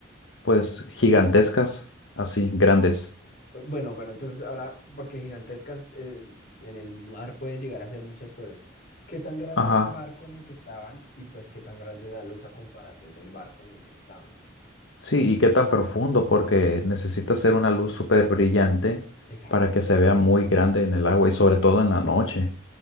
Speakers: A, on the left; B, on the left.
A: Pues gigantescas, así, grandes.
B: Bueno, pero entonces ahora, porque gigantescas, eh, en el mar puede llegar a ser muchas cosas. ¿Qué tan grande
A: Ajá.
B: es el barco en el que estaban? Y pues, ¿qué tan grande es la luz a comparación del barco en el que estaban?
A: Sí, ¿y qué tan profundo? Porque necesita ser una luz súper brillante
B: Exacto.
A: para que se vea muy grande en el agua y sobre todo en la noche.